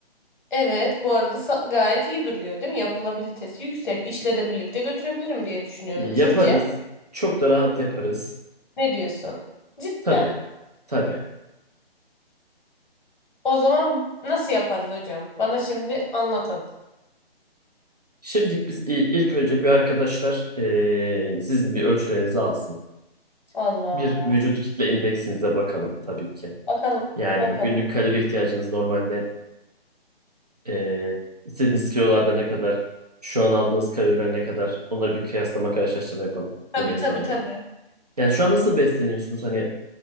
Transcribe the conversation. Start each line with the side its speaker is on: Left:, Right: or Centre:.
Left: Evet bu arada sa- gayet iyi duruyor değil mi? Yapılabilitesi yüksek. İşle de birlikte götürebilirim diye düşünüyorum.
Right: Yaparız.
Left: Sizce
Right: Çok da rahat yaparız.
Left: ne diyorsun? Cidden.
Right: Tabii, tabii.
Left: O zaman nasıl yaparız hocam? Bana şimdi anlatın.
Right: Şimdi biz i- ilk önce bir arkadaşlar e, sizin bir ölçülerinizi alsın.
Left: Allah.
Right: Bir vücut kitle indeksinize bakalım tabii ki.
Left: Bakalım.
Right: Yani
Left: Bakalım.
Right: günlük kalori ihtiyacınız normalde Ee, istediğiniz kilolarda ne kadar, şu an aldığınız kaloriler ne kadar, onları bir kıyaslama karşılaştırma yapalım
Left: Tabii
Right: Rümeysa
Left: tabii
Right: Hanım.
Left: tabii.
Right: Yani şu an nasıl besleniyorsunuz? Hani